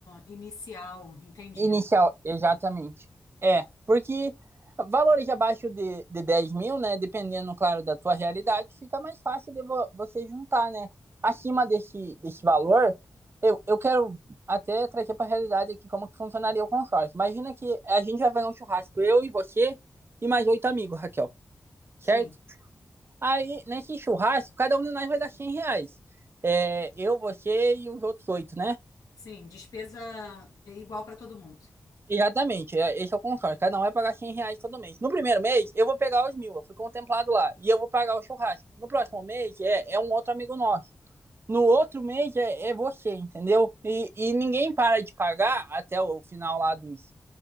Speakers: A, on the left; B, on the right.
A: inicial, entendi.
B: inicial, exatamente. É, porque valores abaixo de, de dez mil, né? Dependendo, claro, da tua realidade, fica mais fácil de vo você juntar, né? Acima desse, desse valor, eu, eu quero até trazer para a realidade aqui como que funcionaria o consórcio. Imagina que a gente vai fazer um churrasco, eu e você e mais oito amigos, Raquel, certo?
A: Sim.
B: Aí, nesse churrasco, cada um de nós vai dar 100 reais. É, eu, você e os outros oito, né?
A: Sim, despesa é igual para todo mundo.
B: Exatamente, é- esse é o contrato. Cada um vai pagar 100 reais todo mês. No primeiro mês, eu vou pegar os mil, eu fui contemplado lá. E eu vou pagar o churrasco. No próximo mês, é, é um outro amigo nosso. No outro mês, é, é você, entendeu? E, e ninguém para de pagar até o final lá dos